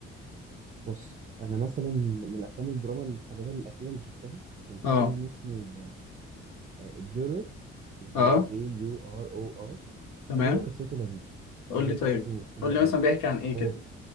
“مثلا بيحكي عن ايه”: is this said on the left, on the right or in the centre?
Left